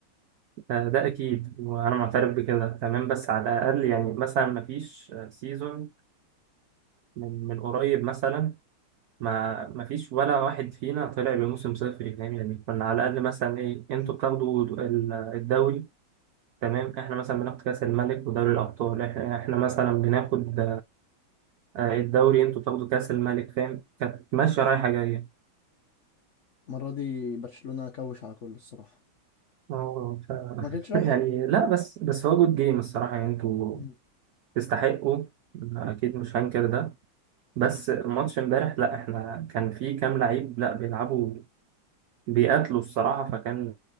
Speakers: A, on the right; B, on the left.
A: ده ده أكيد وأنا معترف بكده تمام بس على الأقل يعني مثلا مفيش سيزون من من قريب مثلا ما مفيش ولا واحد فينا طلع بموسم صفري فاهم يعني كنا على الأقل مثلا إيه أنتوا
B: مم.
A: بتاخدوا الدوري تمام احنا مثلا بناخد كاس الملك ودوري الابطال احنا احنا مثلا بناخد آه، الدوري انتوا بتاخدوا كاس الملك فاهم كانت ماشيه رايحه جايه
B: المرة دي برشلونة كوش على كل الصراحة
A: اه ف...
B: ما
A: <laughs>
B: كانتش رايحة
A: يعني لا بس بس هو جود جيم الصراحه يعني انتوا
B: مم.
A: تستحقوا اكيد مش هنكر ده بس ماتش امبارح لا احنا كان في كام لعيب لا بيلعبوا بيقاتلوا الصراحه فكان